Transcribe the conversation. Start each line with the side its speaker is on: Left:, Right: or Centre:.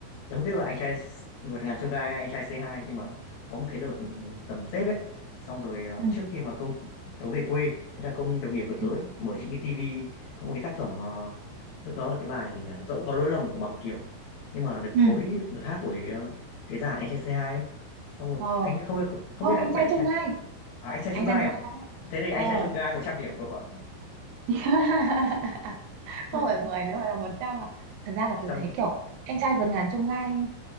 Left: tớ không biết là anh trai S- vượt ngàn chông gai hay anh trai c hai nhưng mà có một cái đợt ừ, tầm Tết ấy xong rồi ờ,
Right: ừ,
Left: trước khi mà công tớ về quê thế là công đồng nghiệp của tớ
Right: ừ.
Left: ấy, mở chính cái tivi có một cái tác phẩm ờ, lúc đó là cái bài gì nhỉ dẫu có lỗi lầm của Bằng Kiều nhưng mà được
Right: ừ.
Left: phối được hát bởi ờ, cái dàn anh trai c hai ấy xong rồi,
Right: ờ
Left: anh không không, không
Right: không
Left: biết anh
Right: anh
Left: có
Right: trai
Left: vẻ anh
Right: trong
Left: trai
Right: gai
Left: à, anh trai
Right: anh
Left: chông gai
Right: trai trong
Left: à
Right: gai đấy
Left: thế thì
Right: ờ
Left: anh trai chông gai 100 điểm cậu ạ
Right: <laughs>
Left: Ừ.
Right: không phải 10 nữa mà là 100 à thật
Left: 100
Right: ra là tôi thấy kiểu anh trai vượt ngàn chông gai